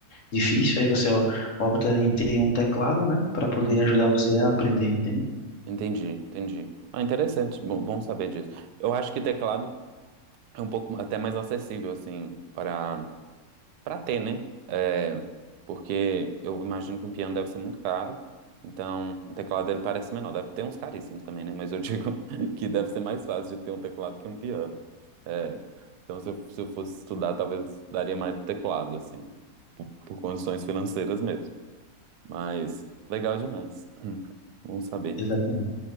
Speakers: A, on the left; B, on the right.
A: difícil, aí você ó, opta em ter um teclado, né, para poder
B: Uhum.
A: ajudar você a aprender, entende?
B: Entendi, entendi. Ah, interessante. Bom, bom saber disso. Eu acho que teclado é um pouco até mais acessível assim para Pra ter, né? É, porque eu imagino que um piano deve ser muito caro. Então, o teclado dele parece menor. Deve ter uns caríssimos também, né? Mas eu digo <laughs> que deve ser mais fácil de ter um teclado que um piano. É, então, se eu, se eu fosse estudar, talvez daria mais do teclado, assim, por condições financeiras mesmo. Mas, legal demais. <clears throat> Vamos saber.
A: Exatamente.